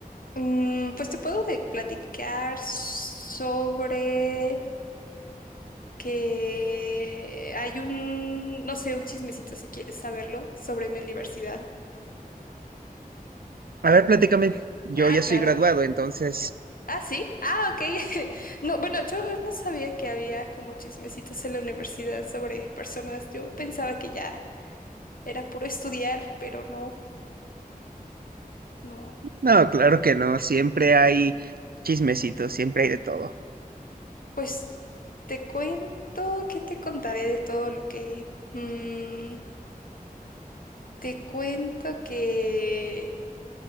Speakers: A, on the left (about 65°); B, on the right (about 75°).
A: Mm, pues te puedo de- platicar sobre que hay un, no sé, un chismecito si quieres saberlo, sobre mi universidad.
B: A ver, platícame. Yo
A: Ah,
B: ya
A: claro.
B: soy graduado, entonces...
A: Ah, sí. Ah, ok. <laughs> No, bueno, yo no sabía que había como chismecitos en la universidad sobre personas. Yo pensaba que ya era puro estudiar, pero no, no.
B: No, claro que no. Siempre hay chismecitos, siempre hay de todo.
A: Pues. Te cuento, que te contaré de todo lo que... mm, te cuento que